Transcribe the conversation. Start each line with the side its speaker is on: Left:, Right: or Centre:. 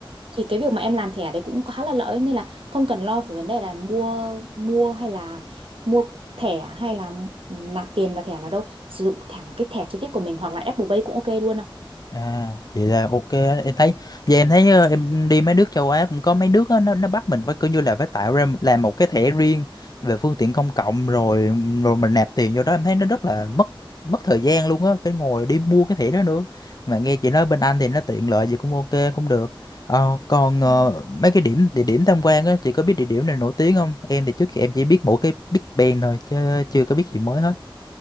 Right: thì cái việc mà em làm thẻ đấy cũng khá là lợi nên là không cần lo về vấn đề là mua mua hay là mua thẻ hay là nạp tiền vào thẻ nào đâu, sử dụng thẳng cái thẻ trực tiếp của mình hoặc là Apple Pay cũng ok luôn ạ.
Left: À, vậy là ok á. em thấy giờ em thấy ờ, em đi mấy nước châu Á cũng có mấy nước á, nó nó bắt mình phải cứ như là phải tạo ra làm một cái thẻ riêng về phương tiện công cộng rồi rồi mình nạp tiền vô đó em thấy nó rất là mất mất thời gian luôn á phải ngồi đi mua cái thẻ đó nữa mà nghe chị nói bên Anh thì nó tiện lợi gì cũng ok cũng được Ờ, còn ờ,
Right: Ừ.
Left: mấy cái điểm địa điểm tham quan á chị có biết địa điểm này nổi tiếng không em thì trước kia em chỉ biết mỗi cái Big Ben thôi chứ chưa có biết gì mới hết